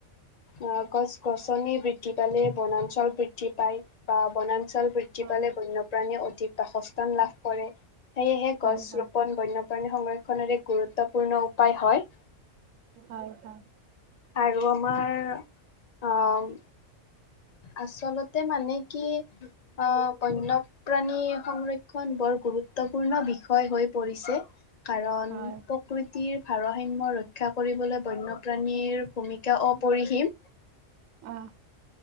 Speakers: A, on the left; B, on the right.
A: অ', গছ-গছনি বৃদ্ধি পালে বনাঞ্চল বৃদ্ধি পায় বা বনাঞ্চল বৃদ্ধি। বৃদ্ধি
B: হয়
A: পালে বন্যপ্ৰাণীয়ে অধিক বাসস্থান লাভ কৰে, সেয়েহে
B: হয়
A: গছ
B: হয়
A: ৰোপন। বন্যপ্ৰাণী সংৰক্ষণৰ এক গুৰুত্বপূৰ্ণ উপায় হয়।
B: হয়, হয়।
A: আৰু আমাৰ অ'। আচলতে মানে কি অ', বন্য প্ৰাণী সংৰক্ষণ বৰ গুৰুত্বপূৰ্ণ বিষয় হৈ পৰিছে। কাৰণ।
B: হয়
A: প্ৰকৃতিৰ ভাৰসাম্য ৰক্ষা কৰিবলৈ বন্যপ্ৰাণীৰ ভূমিকা অপৰিসীম।
B: উম।